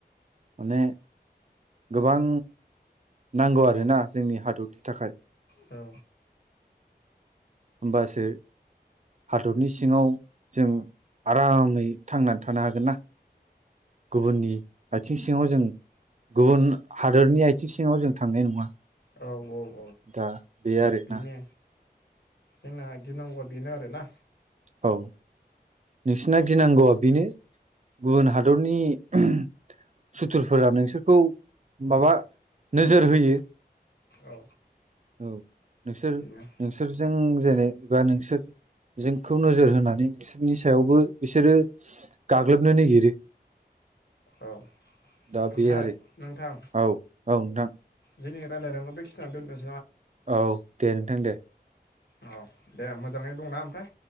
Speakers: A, on the right (about 45°); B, on the left (about 80°).
A: माने गोबां नांगौ आरोना जोंनि हादरनि थाखाय।
B: औ।
A: ओमबासो हादरनि सिङाव जों आरामै थांनानै थानो हागोन ना गुबुननि आथिं सिङाव जों गुबुन हादरनि आथिं सिङाव जों थांनाय नङा।
B: औ औ।
A: दा बे आरो
B: बेनो
A: ना।
B: जोंना गिनांगौआ बेनो आरो ना।
A: औ नोंसिना गिनांगौआ बेनो। गुबुन हादरनि <unintelligible> सुथुरफोरा नोंसोरखौ माबा नोजोर होयो।
B: औ
A: औ। नोंसोर
B: बेनो
A: नोंसोरजों जेनेबा नोंसोर जोंखौ नोजोर होनानै बिसोरनि सायावबो बिसोरो गाग्लोबनो नागिरो।
B: औ
A: दा
B: ओमफ्राय
A: बे आरो
B: नोंथां
A: औ औ नोंथां।
B: जोंनि रायलायनायखौ बेखिनियाव दोनथ'
A: औ दे नोंथां दे।
B: औ दे मोजाङै दंना ओमफाय?